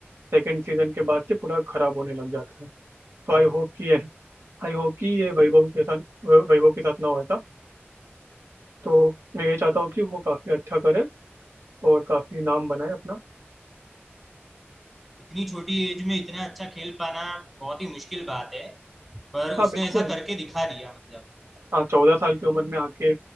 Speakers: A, on the right; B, in the centre.
A: सेकंड सीजन के बाद से पूरा खराब होने लग जाता है तो आई होप कि आई होप कि ये वैभव के साथ वै- वैभव के साथ ना हो ऐसा तो मैं ये चाहता हूँ कि वो काफी अच्छा करे और काफी नाम बनाए अपना
B: इतनी छोटी एज में इतना अच्छा खेल पाना बहुत ही मुश्किल बात है पर
A: हाँ
B: उसने
A: बिल्कुल
B: ऐसा करके दिखा दिया मतलब
A: हाँ चौदह साल की उम्र में आके